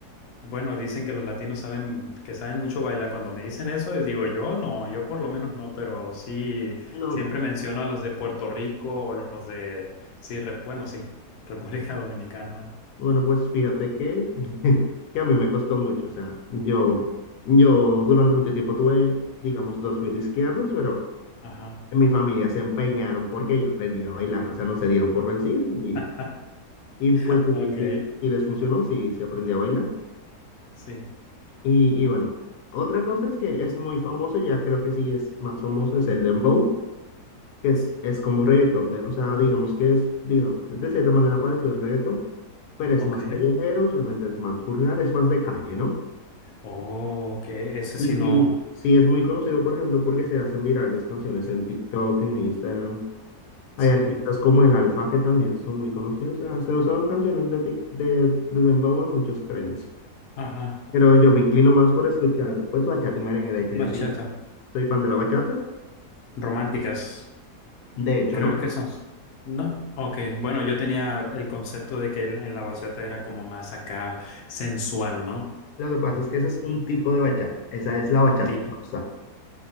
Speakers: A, on the left (about 65°); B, on the left (about 85°).
A: bueno, dicen que los latinos saben, que saben mucho bailar. Cuando me dicen eso, yo digo, yo no, yo por lo menos no, pero sí,
B: No,
A: siempre menciono a los de Puerto Rico o los de, sí, re- bueno, sí, <laughs> República Dominicana.
B: Bueno, pues fíjate que, <laughs> que a mí me costó mucho. O sea, yo, yo durante mucho tiempo tuve, digamos, dos pies izquierdos, pero
A: Ajá.
B: en mi familia se empeñaron porque yo aprendiera a bailar. O sea, no se dieron por vencidos y,
A: <laughs>
B: y pues sí,
A: Ok,
B: sí- sí les funcionó, sí se aprendió a bailar.
A: sí,
B: Y, y bueno, otra cosa es que es muy famoso, ya creo que sí es más famoso, es el dembow, que es, es como reggaetón. de- o sea, digamos que es, digamos, de cierta manera parecido al reggaetón, pero es
A: ok.
B: más callejero, usualmente es más vulgar, es más de calle, ¿no?
A: Oh, ok, ese
B: Y
A: sí
B: sí,
A: no.
B: sí es muy conocido, por ejemplo, porque se hacen virales canciones en TikTok, en Instagram. Hay
A: Sí,
B: artistas como el Alfa que también son muy conocidos. O sea, se usan canciones de, Tik- de, de Dembow en muchos trends.
A: ajá,
B: Pero yo me inclino más por escuchar, pues, bachata y merengue. De hecho,
A: bachata.
B: yo sí soy fan de la bachata.
A: Románticas,
B: De hecho,
A: creo
B: no.
A: que son. ¿No? Ok, bueno, yo tenía el concepto de que el- en la bachata era como más acá sensual, ¿no?
B: Lo que pasa es que ese es un tipo de bachata. Esa es la bachata
A: Un tipo.
B: rosa.